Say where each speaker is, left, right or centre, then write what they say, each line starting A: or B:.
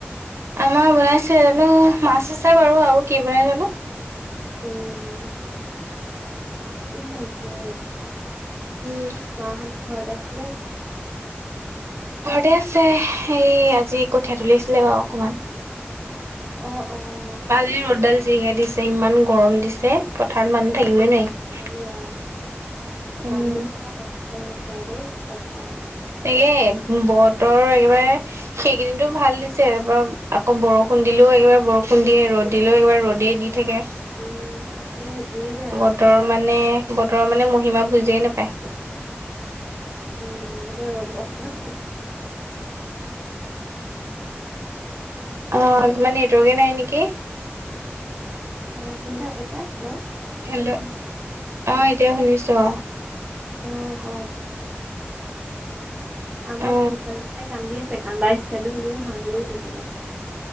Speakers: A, on the right; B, on the right.
A: আমাৰ বনাইছে জানো মাছ আছে বাৰু আৰু কি বনাই জানো
B: উম উম তাকে
A: উম
B: মা হত ঘৰতে আছে নে?
A: ঘৰতে আছে সেই আজি কঠিয়া তুলিছিলে বাউ অকমান।
B: অ' অ।
A: আজি ৰ'দডাল যিহে দিছে ইমান গৰম দিছে পথাৰত মানুহ থাকিবই নোৱাৰি।
B: সেয়া আক
A: উম
B: মানুহবোৰৰ কষ্ট হৈছে আৰু দেই পথাৰত।
A: তাকে বতৰ একেবাৰে। সেইকেইদিনটো ভাল দিছে তা পা আকৌ বৰষুণ দিলেও একেবাৰে বৰষুণ দিয়ে ৰ'দ দিলেও একবাৰে ৰ'দে দি থাকে।
B: উম', তাকে সেইটোয়ে বেয়া
A: বতৰৰ
B: আকৌ এতিয়া
A: মানে বতৰৰ মানে মহিমা বুজিয়েই নেপায়।
B: উম এতিয়া ৰ অকমান
A: অ' তোমাৰ নেটৱৰ্কে নাই নিকি।
B: অ শুন না এটা হেল্ল'।
A: হেল্ল' অ এতিয়া শুনিছো অ',
B: অ', ক আমাক
A: অ
B: খুড়ী ছোৱালীজনীয়ে কান্দি আছে কান্দা ষ্টাইলটো শুনি মোৰ হাঁহি উঠিছে তাই।